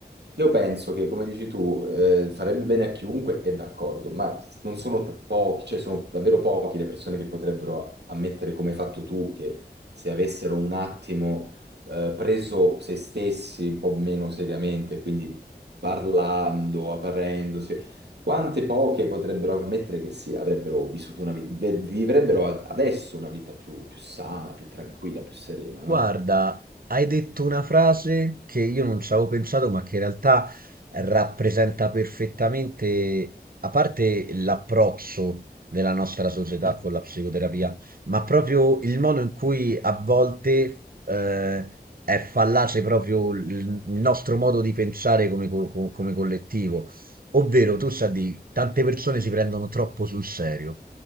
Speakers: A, on the right (about 85°); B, on the right (about 60°).
A: Io penso che, come dici tu, eh, farebbe bene a chiunque, è d'accordo, ma non sono t- pochi, cioè sono davvero pochi le persone che potrebbero ammettere come hai fatto tu, che se avessero un attimo eh, preso se stessi un po' meno seriamente, quindi parlando, aprendosi, quante poche potrebbero ammettere che sì, avrebbero vissuto una vita, vivrebbero ad- adesso una vita più, più sana, più tranquilla, più serena, no?
B: Guarda, hai detto una frase che io non ci avevo pensato, ma che in realtà rappresenta perfettamente, a parte l'approccio della nostra società con la psicoterapia, ma proprio il modo in cui a volte eh, è fallace proprio il il nostro modo di pensare come, co- co- come collettivo. Ovvero, tu sai, di tante persone si prendono troppo sul serio.